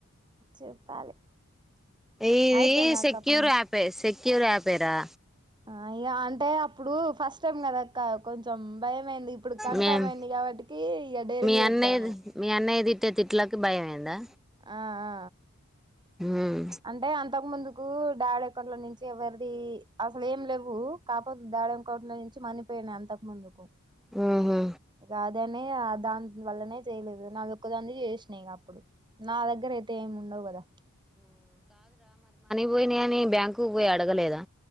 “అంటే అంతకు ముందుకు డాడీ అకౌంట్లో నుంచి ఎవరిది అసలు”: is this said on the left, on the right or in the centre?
Right